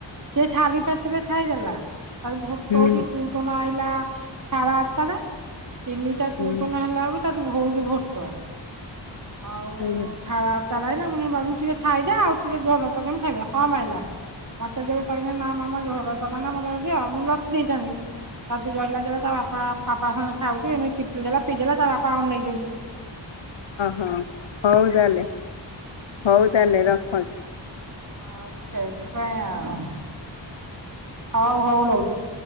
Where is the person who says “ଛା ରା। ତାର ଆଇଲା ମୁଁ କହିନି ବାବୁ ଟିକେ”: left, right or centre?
Right